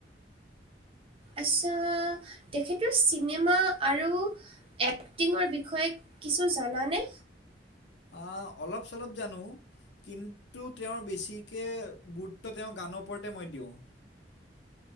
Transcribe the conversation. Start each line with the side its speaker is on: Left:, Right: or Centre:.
Right: আচছা, তেখেতৰ চিনেমা আৰু এক্টিঙৰ বিষয়ে কিছু জানানে?
Left: আ অলপ - চলপ জানো। কিন্তু তেওঁৰ বেছিকে গুৰুত্ব তেওঁৰ গানৰ ওপৰতে মই দিওঁ।